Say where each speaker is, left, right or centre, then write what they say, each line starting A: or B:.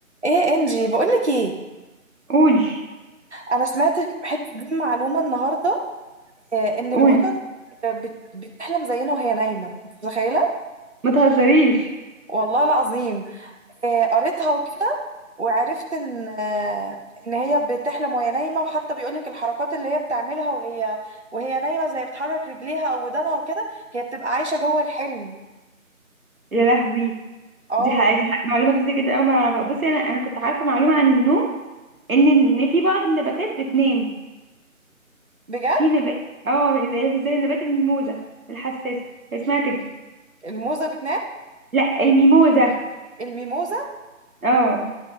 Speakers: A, on the right; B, on the right.
A: ايه انجي بقولك ايه
B: قولي
A: انا سمعت حته دي معلومه النهارده آه، ان القطط
B: قولي
A: آه، بت- بتحلم زينا وهي نايمه انت متخيله
B: ما تهزريش
A: والله العظيم آه، قريتها وكده وعرفت ان آه، ان هي بتحلم وهي نايمه وحتى بيقولك الحركات اللي هي بتعملها وهي وهي نايمه زي بتحرك رجليها او ودانها وكده هي بتبقى عايشه جوه الحلم
B: يا لهوي
A: اه
B: دي حقيقة دي حقيقة. معلومة جديدة جدا أوي ما أعرفها بصي أنا أنا كنت عارفة معلومة عن النوم إن إن في بعض النباتات بتنام
A: بجد
B: في نبات اه زي زي نبات الميموزة الحساسة هي اسمها كده
A: الموزه بتنام
B: لا الميموزة
A: الميموزه
B: اه